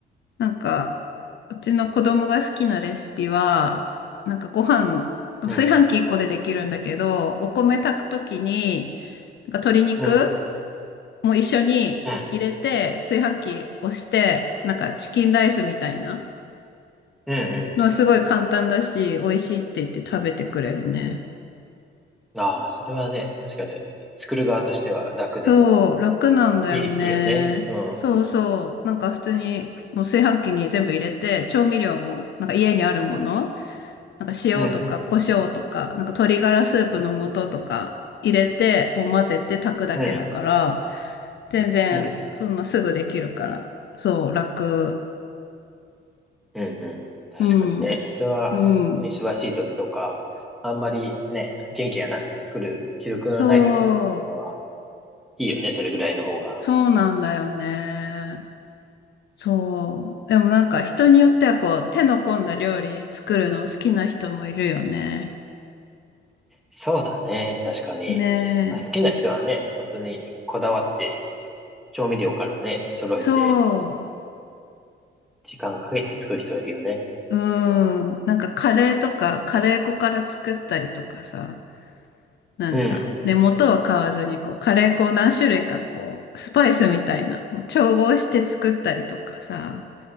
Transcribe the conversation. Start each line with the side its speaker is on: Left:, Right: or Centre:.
Left: なんか、うちの子供が好きなレシピは、なんかご飯、炊飯器一個でできるんだけど、
Centre: うん、
Left: お米炊くときに、なんか鶏肉
Centre: うん、
Left: も一緒に入れて、
Centre: うん、
Left: 炊飯器押して、なんかチキンライスみたいな
Centre: うん、う
Left: のはすごい簡単だし、美味しいって言って食べてくれるね。
Centre: ん。ああ、それはね、確かに、作る側としては楽で、
Left: そう、楽なんだよね。
Centre: いい、いいよね。うん、
Left: そうそう。
Centre: うん、
Left: なんか普通に、もう炊飯器に全部入れて、調味料も、なんか家にあるもの、なんか塩とか胡椒とか、
Centre: うん、
Left: なんか鶏ガラスープの素とか入れて、もう混ぜて炊くだけだから、
Centre: う
Left: 全然、
Centre: ん、
Left: そんなすぐできるから。そう、楽。
Centre: うん、うん。確かにね、
Left: うん。
Centre: それは、
Left: うん。
Centre: 忙しい時とか、あんまりね、元気がなくて作る気力がない時とかは、
Left: そう、
Centre: いいよね、それぐらいの方が。
Left: そうなんだよね。そう。でもなんか人によってはこう手の込んだ料理作るの好きな人もいるよね。
Centre: そうだね、確かに。
Left: ね
Centre: まあ好きな人はね、
Left: え。
Centre: 本当にこだわって、調味料からね、揃えて、
Left: そ
Centre: 時間かけて作る人はいるよね。
Left: う。うん。なんかカレーとかカレー粉から作ったりとかさ。なんか、
Centre: うん。
Left: で、元は買わずにこうカレー粉を何種類かこうスパイスみたいなもう調合して作ったりとかさ、